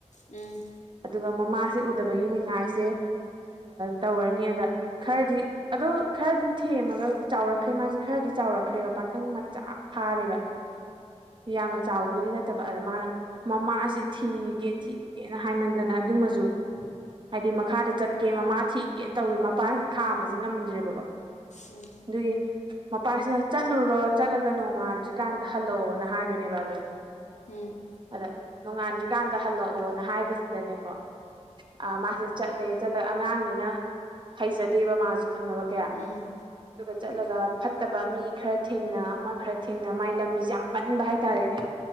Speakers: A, on the left; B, on the right.
A: ꯎꯝ
B: ꯑꯗꯨꯒ ꯃꯃꯥꯁꯦ ꯎꯗꯕꯒꯤ ꯅꯤꯡꯉꯥꯏꯁꯦ ꯇꯧꯔꯅꯤ ꯑꯗ ꯈꯔꯗꯤ ꯑꯗꯣ ꯈꯔ ꯑꯗꯨꯝ ꯊꯦꯝꯃꯒ ꯆꯥꯎꯔꯛꯈ꯭ꯔꯦ ꯃꯥꯁꯦ ꯈꯔꯗꯤ ꯆꯥꯎꯔꯛꯈ꯭ꯔꯦꯕ ꯄꯥꯈꯪ ꯃꯆꯥ ꯐꯥꯔꯦꯕ ꯌꯥꯝꯅ ꯆꯥꯎꯕꯕꯨꯗꯤ ꯅꯠꯇꯕ ꯑꯗ ꯃꯥꯅ ꯃꯃꯥꯁꯦ ꯊꯤꯒꯦ ꯊꯤꯒꯦꯅ ꯍꯥꯏꯃꯟꯗꯅ ꯑꯗꯨꯃꯁꯨ ꯍꯥꯏꯗꯤ ꯃꯈꯥꯗ ꯆꯠꯀꯦ ꯃꯃꯥ ꯊꯤꯛꯒꯦꯅ ꯇꯧꯁꯦ ꯃꯄꯥꯁꯤꯅ ꯈꯥꯝꯕꯁꯦ ꯉꯝꯗ꯭ꯔꯦꯕꯀꯣ
A: ꯎꯝ
B: ꯑꯗꯨꯒꯤ ꯃꯄꯥꯁꯤꯅ ꯆꯠꯂꯨꯔꯣ ꯆꯠꯂꯒ ꯅꯣꯡꯉꯥꯟꯗ꯭ꯔꯤꯀꯥꯟꯗ ꯍꯜꯂꯛꯑꯣꯅ ꯍꯥꯏꯕꯅꯦꯕ ꯑꯗꯣ
A: ꯎꯝ
B: ꯑꯗ ꯅꯣꯡꯉꯥꯟꯗ꯭ꯔꯤꯀꯥꯟꯗ ꯍꯜꯂꯛꯑꯣꯅ ꯍꯥꯏꯕꯁꯤꯗꯅꯦꯀꯣ ꯃꯥꯁꯦ ꯆꯠꯂꯦ ꯆꯠꯂ ꯑꯉꯥꯡꯅꯤꯅ ꯍꯩꯖꯗꯦꯕ ꯃꯥꯁꯨ ꯈꯪꯉꯕ ꯀꯌꯥ
A: ꯎꯝ
B: ꯑꯗꯨꯒ ꯆꯠꯂꯒ ꯐꯠꯇꯦ ꯐꯠꯇꯕ ꯃꯤ ꯈꯔ ꯊꯦꯡꯅ ꯑꯃ ꯈꯔ ꯊꯦꯡꯅ ꯃꯥꯏ ꯂꯝꯕꯤꯁꯦ ꯌꯥꯝ ꯄꯟꯕ ꯍꯥꯏꯇꯥꯔꯦꯅꯦ